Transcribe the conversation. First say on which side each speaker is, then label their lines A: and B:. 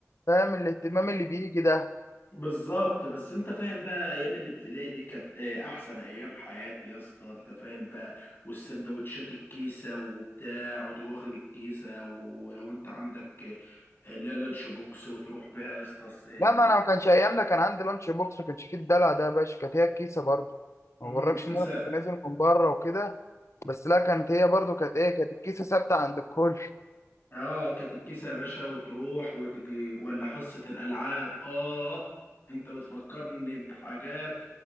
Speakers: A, on the left (about 65°); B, on the left (about 45°).
A: فاهم الاهتمام اللي بيجي ده
B: بالظبط بس انت فاهم بقى ايام الابتدائي دي كانت إيه، احسن ايام حياتي يا اسطى انت فاهم بقى والسندوتشات الكيسه وبتاع وتواخد الكيسه ولو انت عندك إيه، اللي هي لانش بوكس وتروح بيها يا اسطى الس- ال-
A: لا ما انا ما كانش ايامنا كان عندي لانش بوكس ما كانش فيه الدلع ده يا باشا كانت هي الكيسه برضه ما
B: مم،
A: بغركش
B: الكيسه
A: ان انا كنت نازل من بره وكده بس لا كانت هي برضو كانت ايه كانت الكيسه ثابته عند الكل
B: اه كانت الكيسة يا باشا وتروح وتجي ولا حصة الألعاب اه انت بتفكرني بحاجات